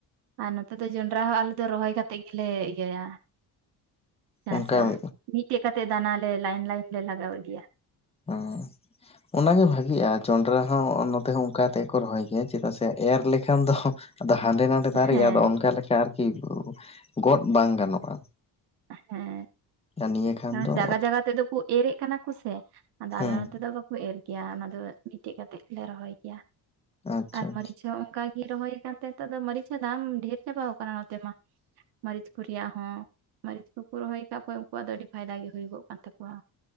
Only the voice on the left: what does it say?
ᱚᱱᱠᱟ ᱦᱮᱸ
<unintelligible> ᱚᱱᱟᱜᱮ ᱵᱷᱟᱜᱤᱜᱼᱟ ᱡᱚᱸᱰᱨᱟ ᱦᱚᱸ ᱱᱚᱛᱮ ᱦᱚᱸ ᱚᱱᱠᱟ ᱠᱟᱛᱮ ᱜᱮ ᱠᱚ ᱨᱚᱦᱚᱭ ᱜᱮᱭᱟ ᱪᱮᱫᱟᱜ ᱥᱮ ᱮᱨ ᱞᱮᱠᱷᱟᱱ ᱫᱚ ᱟᱫᱚ ᱦᱟᱸᱰᱮ ᱱᱟᱰᱮ ᱫᱟᱨᱮᱜᱼᱟ
ᱟᱫᱚ ᱚᱱᱠᱟ ᱞᱮᱠᱟ ᱟᱨᱠᱤ ᱜᱚᱫ ᱵᱟᱝ ᱜᱟᱱᱚᱜᱼᱟ᱾
ᱟᱨ ᱱᱤᱭᱟᱹ ᱠᱷᱟᱱ
ᱫᱚ
ᱦᱮᱸ
ᱟᱪᱪᱷᱟ
ᱟᱪᱪᱷᱟ